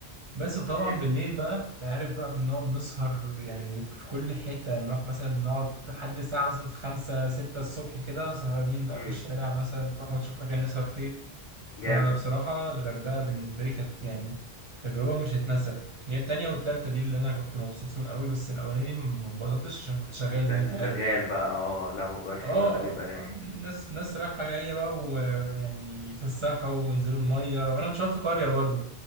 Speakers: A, on the right; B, on the left.
A: بس وطبعا
B: حلو
A: بالليل بقى انت عارف بقى بنقعد نسهر يعني في كل حتة نروح مثلا نقعد لحد الساعة مثلا خمسة ستة الصبح كده سهرانين بقى
B: امم
A: في الشارع مثلا نروح ونشوف مكان نسهر فيه فبصراحة
B: جامد
A: الغردقة بالنسبة لي كانت يعني تجربة مش هتنسى هي التانية والتالتة دي اللي أنا كنت مبسوط فيهم قوي بس الأولانية دي ما اتبسطتش عشان كنت شغال
B: كنت
A: زي
B: عشان
A: ما أنت عارف
B: شغال
A: بقى
B: بقى اه لا موضوع الشغل
A: اه
B: ده بيبقى
A: اه فالناس
B: رخي
A: ناس رايحة جاية بقى ويعني يتفسحوا وينزلوا المية وانا كنت شغال في قرية برضو